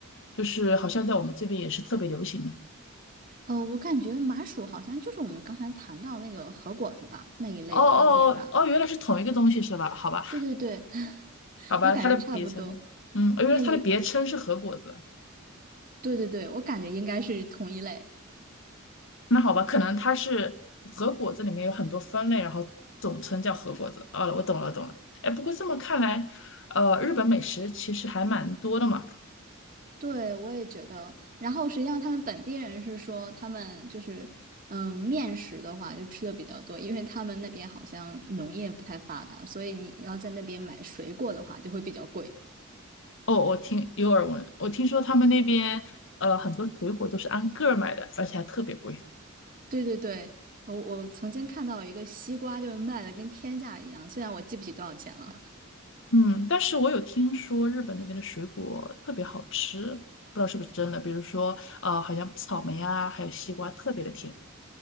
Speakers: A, on the left (about 65°); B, on the right (about 40°).
A: 就是好像在我们这边也是特别流行的。
B: 呃，我感觉麻薯好像就是我们刚才谈到那个和果子吧，那一类的糕点吧。
A: 哦哦哦哦，原来是同一个东西是吧？好吧，
B: 对对对，<laughs>
A: 好吧，
B: 我感觉差不多。
A: 它的别称，嗯，哦原来它的别称是核果子。
B: 那有，对对对，我感觉应该是同一类。
A: 那好吧，可能它是核果子里面有很多分类，然后总称叫核果子。哦，我懂了，懂了。哎，不过这么看来，呃，日本美食其实还蛮多的嘛。
B: 对，我也觉得。然后实际上，他们本地人是说，他们就是，嗯，面食的话就吃的比较多，因为他们那边好像农业不太发达，所以你要在那边买水果的话就会比较贵。
A: 哦，我听有耳闻，我听说他们那边呃很多水果都是按个儿卖的，而且还特别贵。
B: 对对对，我我曾经看到有一个西瓜就是卖的跟天价一样，虽然我记不起多少钱了。
A: 嗯，但是我有听说日本那边的水果特别好吃，不知道是不是真的。比如说呃，好像草莓啊，还有西瓜特别的甜。